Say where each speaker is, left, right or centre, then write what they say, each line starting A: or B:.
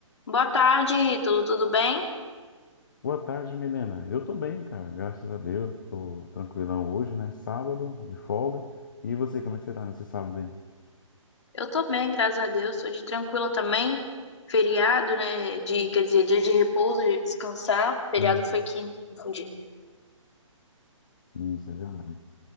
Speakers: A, on the left; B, on the left.
A: Boa tarde, tudo Tudo bem?
B: Boa tarde, Milena. Eu tô bem, cara, graças a Deus. Tô tranquilão hoje, né? Sábado, de folga. E você, como é que você tá nesse sábado aí?
A: Eu tô bem, graças a Deus. Tô de tranquila também. Feriado, né? De, quer dizer, dia de repouso, de descansar. Feriado
B: Hum.
A: foi quinta, confundi.
B: Isso, é verdade.